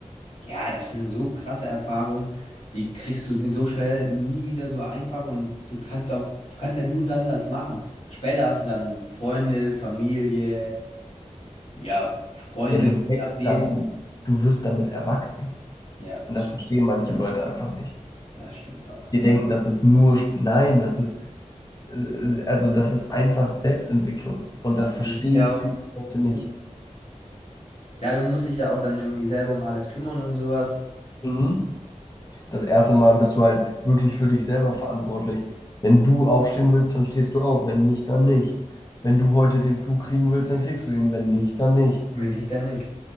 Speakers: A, on the left; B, on the left.
A: Ja, das sind so krasse Erfahrungen, die kriegst du nie so schnell nie wieder so einfach und du kannst auch, du kannst ja nur dann was machen. Später hast du dann Freunde, Familie, ja, Freunde,
B: Ja, du
A: je
B: wächst
A: nachdem.
B: daran, du wirst damit erwachsen.
A: Ja, das,
B: Und das
A: st-
B: verstehen manche Leute einfach nicht.
A: ja, stimmt auch, ja.
B: Die denken, das ist nur, Sp- nein, das ist, äh, also das ist einfach Selbstentwicklung. Und das verstehen
A: Du musst dich ja auch,
B: viele Leute
A: stimmt.
B: nicht.
A: Ja, du musst dich ja auch dann irgendwie selber um alles kümmern und sowas.
B: Mhm. Das erste Mal bist du halt wirklich für dich selber verantwortlich. Wenn du aufstehen willst, dann stehst du auf. Wenn nicht, dann nicht. Wenn du heute den Flug kriegen willst, dann kriegst du ihn. Wenn nicht, dann nicht.
A: Wenn nicht, dann nicht.